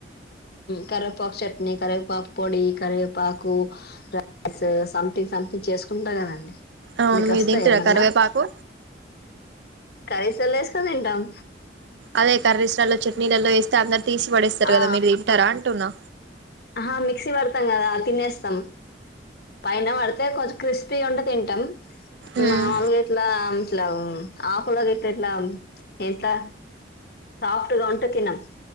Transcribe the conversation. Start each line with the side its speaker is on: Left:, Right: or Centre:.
Left: కరివేపాకు చట్నీ కరివేపాకు పొడి కరివేపాకు రైస్ సంథింగ్ సంథింగ్ చేసుకుంటా కదండి
Right: అవును
Left: మీకు
Right: మీరు
Left: వస్తా
Right: తింటారా
Left: ఏమన్నా
Right: కరివేపాకు
Left: కర్రీస్రాల్లో వేసుకు తింటాం
Right: అదే కర్రీస్రాల్లో చట్నీలల్లో వేస్తే అందరు తీసి పడేస్తారు
Left: ఆ
Right: కదా మీరు తింటారా అంటున్నా
Left: ఆహా మిక్సీ పడతాం కదా తినేస్తాం పైన పడతా అటె కొంచం క్రిస్పీగా ఉంటే తింటాం
Right: ఉమ్
Left: మా వాళ్లు అయితే ఇట్లా మల ఆకడాతే ఇట్లా ఎట్లా <unintelligible> ఆకులుగా ఉంటే తిను